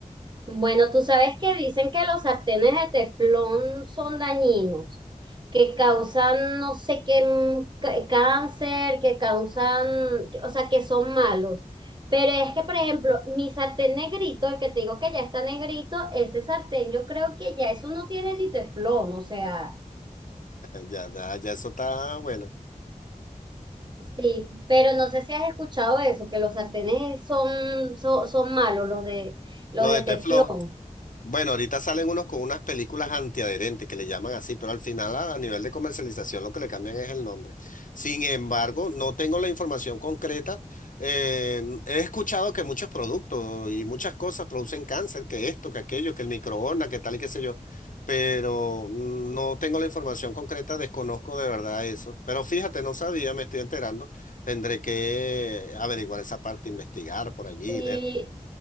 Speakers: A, on the right (about 30°); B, on the left (about 65°).
A: Bueno, tú sabes que dicen que los sartenes de teflón son dañinos, que causan no sé qué mm, ca- cáncer, que causan, o sea, que son malos. Pero es que, por ejemplo, mi sartén negrito, el que te digo que ya está negrito, ese sartén yo creo que ya eso no tiene ni teflón, o sea,
B: Ya, ya, ya eso está bueno.
A: sí, pero no sé si has escuchado eso, que los sartenes son, son, son malos, los de, los
B: Lo
A: de
B: de
A: teflón.
B: teflón. Bueno, ahorita salen unos con unas películas antiadherentes que le llaman así, pero al final a, a nivel de comercialización lo que le cambian es el nombre. Sin embargo, no tengo la información concreta. Eh, he escuchado que muchos productos y muchas cosas producen cáncer, que esto, que aquello, que el microondas, que tal y qué sé yo, pero mm, no tengo la información concreta, desconozco de verdad eso. Pero fíjate, no sabía, me estoy enterando. Tendré que averiguar esa parte, investigar por allí
A: Y
B: y ver.